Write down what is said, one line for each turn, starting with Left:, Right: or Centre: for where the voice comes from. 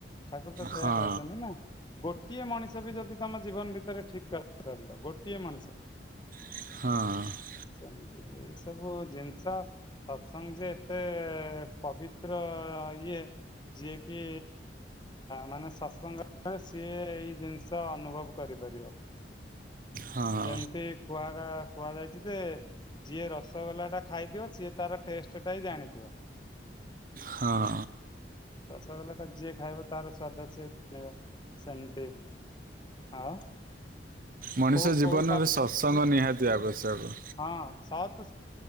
Left: ଠାକୁର ତ ସେୟଆ
Right: ହଁ
Left: କହିଛନ୍ତି ନା। ଗୋଟିଏ ମଣିଷ ବି ଯଦି ତମ ଜୀବନ ଭିତରେ ଠିକ କରି ପାରିଲ ଗୋଟିଏ ମଣିଷ।
Right: ହଁ।
Left: ସେମିତି ଏଇ ସବୁ ଜିନିଷ। ସତ୍ସଙ୍ଗ ଯେ ଏତେ ପବିତ୍ର ଇଏ ଯିଏ କିି ମାନେ ସତ୍ସଙ୍ଗରେ ସିଏ ଏଇ ଜିନିଷ ଅନୁଭବ କରିପାରିବ।
Right: ହଁ
Left: ଯେମତି କୁହାଗା କୁହାଯାଇଛି ଯେ ଯିଏ ରସଗୋଲା ଟା ଖାଇଥିବ ସିଏ ତାର ଟେଷ୍ଟ ଟା ହିଁ ଜାଣିଥିବ।
Right: ହଁ
Left: ରସଗୋଲା ଟା ଯିଏ ଖାଇବ ତାର ସ୍ଵାଦ ସେ ଜାଣିବ ସେମିତି ଆଉ।
Right: ମଣିଷ
Left: କୋଉ
Right: ଜୀବନରେ
Left: କୋଉ
Right: ସତ୍ସଙ୍ଗ ନିହାତି ଆବଶ୍ୟକ।
Left: ହଁ ସାତ୍